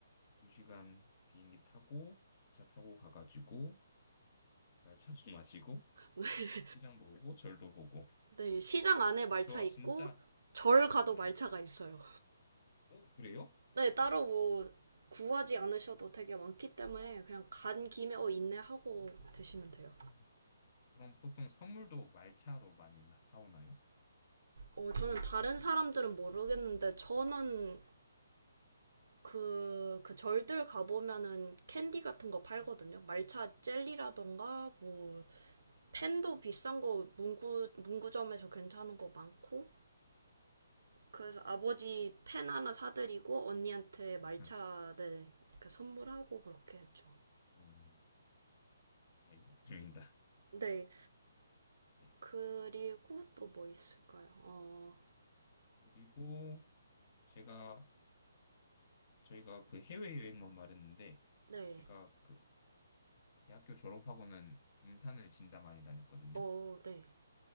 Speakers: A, on the left; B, on the right.
A: 2시간 비행기 타고, 기차 타고 가가지고, 말차 좀 마시고,
B: <laughs>
A: 시장도 보고, 절도 보고.
B: 네. 시장 안에 말차
A: 저
B: 있고,
A: 진짜,
B: 절 가도
A: 네.
B: 말차가 있어요.
A: 오, 그래요?
B: 네. 따로 뭐 구하지 않으셔도 되게 많기 때문에 그냥 간 김에 어, 있네 하고 드시면
A: 음,
B: 돼요.
A: 그럼 보통 선물도 말차로 많이 나- 사오나요?
B: 어, 저는 다른 사람들은 모르겠는데, 저는 그, 그 절들 가보면은
A: 네,
B: 캔디 같은 거 팔거든요.
A: 네,
B: 말차 젤리라던가, 뭐, 펜도 비싼 거 문구 문구점에서 괜찮은 거 많고 그래서 아버지 펜 하나 사드리고 언니한테 말차
A: 네.
B: 네 이렇게 선물하고 그렇게 했죠.
A: 음, 알겠습니다.
B: 네
A: 네,
B: 그리고 또 뭐 있을까요? 어
A: 네. 그리고 제가 저희가 그 해외여행만 말했는데
B: 네.
A: 제가 그 대학교 졸업하고는 등산을 진짜 많이 다녔거든요.
B: 어, 네.